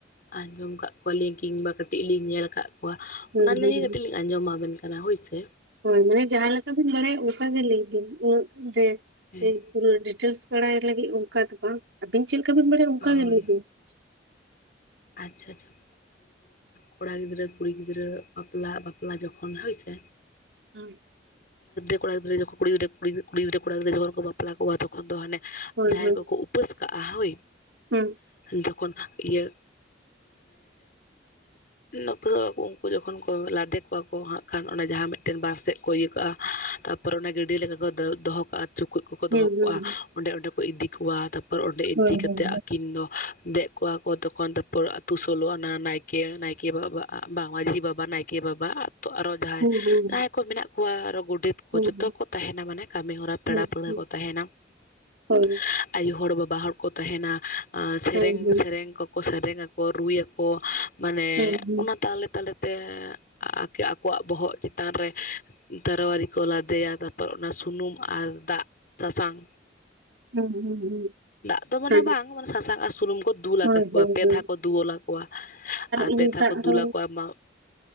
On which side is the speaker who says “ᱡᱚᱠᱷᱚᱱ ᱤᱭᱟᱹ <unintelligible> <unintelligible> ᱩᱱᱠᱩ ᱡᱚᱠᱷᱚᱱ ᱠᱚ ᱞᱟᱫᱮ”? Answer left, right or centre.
Left